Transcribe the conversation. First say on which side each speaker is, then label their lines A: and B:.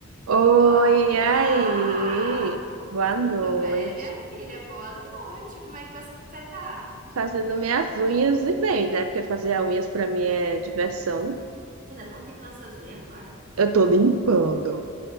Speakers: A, on the right; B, on the right.
A: Oi,
B: Olá!
A: e aí? Boa noite.
B: Tudo bem, minha filha? Boa noite. Como é que você tá?
A: Fazendo minhas unhas e bem, né? Porque fazer as unhas pra mim é diversão.
B: Você ainda tá pintando essas unhas, Clara?
A: Eu tô limpando,